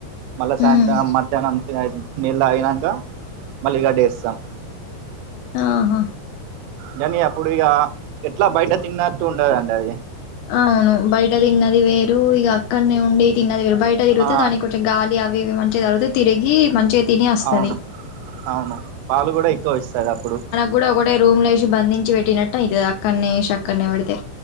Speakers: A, on the right; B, on the left.
A: మళ్ళ సాయంత్రం
B: ఉమ్
A: మధ్యాహ్నం నీళు తాగినాక మళ్ళీ గడ్డిఏస్తాం
B: ఆహా
A: కానీ అప్పుడిగ ఎట్ల బయట తిన్నట్టు ఉండదండి అది
B: అవును బయట దిన్నది వేరు ఇక అక్కనే ఉండి తిన్నది వేరు బయట తిరిగితే
A: ఆ
B: దాని కొంచం గాలి అవి ఇవి మంచిగా తగుల్ తే తిరిగి మంచిగా తిని వస్తది
A: అవును అవును పాలు గూడా ఎక్కువ ఇస్తది అప్పుడు
B: గూడా ఒకటే రూమ్ లో వేసి బంధించి పెట్టినట్టు అయితది అక్కనే ఏషి అక్కనే పెడితే